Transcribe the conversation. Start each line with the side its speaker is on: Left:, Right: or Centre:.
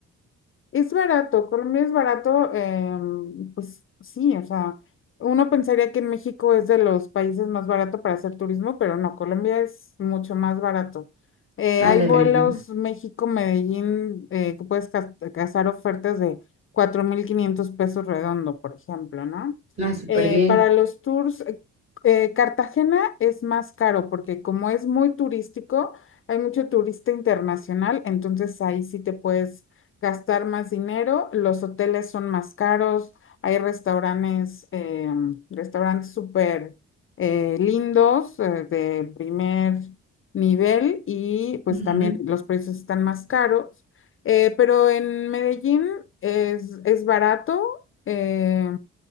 Left: Es barato, Colombia es barato, em, pues sí, o sea, uno pensaría que en México es de los países más barato para hacer turismo, pero no, Colombia es mucho más barato. Eh,
Right: Ah,
Left: hay
Right: de
Left: vuelos
Right: verdad.
Left: México-Medellín eh, que puedes cas- cazar ofertas de 4.500 pesos redondo, por ejemplo, ¿no?
Right: Ah, súper
Left: Eh,
Right: bien.
Left: para los tours, eh, eh, Cartagena es más caro porque como es muy turístico, hay mucho turista internacional, entonces ahí sí te puedes gastar más dinero, los hoteles son más caros, hay restaurantes, eh, restaurantes súper eh, lindos, eh, de primer nivel y pues
Right: Ujú.
Left: también los precios están más caros, Eh, pero en Medellín es, es barato. eh,